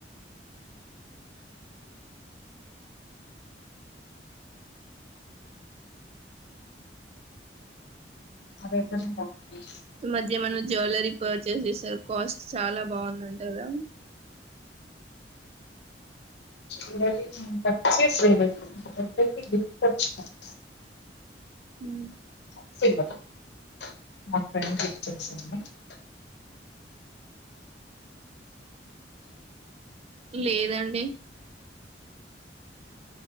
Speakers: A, on the left (about 70°); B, on the right (about 35°).
A: అదేతేనే బాగుంటుంది
B: ఈ మధ్య ఏమన్నా జ్యువెలరీ పర్చేస్ చేస్తారు కాస్ట్ చాలా బాగుందంట కదా
A: <unintelligible> గిఫ్ట్ వచ్చిందండి
B: ఉ
A: <unintelligible>
B: లేదండి